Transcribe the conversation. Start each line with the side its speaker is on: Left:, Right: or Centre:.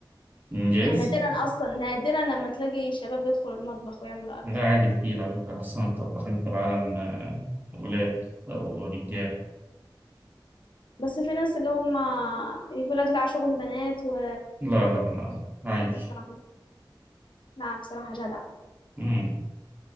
Right: انجاز
Left: يعني نادرا أصلا نادرا لما تلاقي شباب يدخلوا المطبخ ويعملوا أكل
Right: لا عادي كتير على فكرة أحسن الطباخين في العالم آه، أولاد أو رجال
Left: بس في ناس اللي هم يقول لك لا شغل بنات و
Right: لا لا لا لا، عادي
Left: مش عارفة أعمل. لا بصراحة جدع
Right: مم.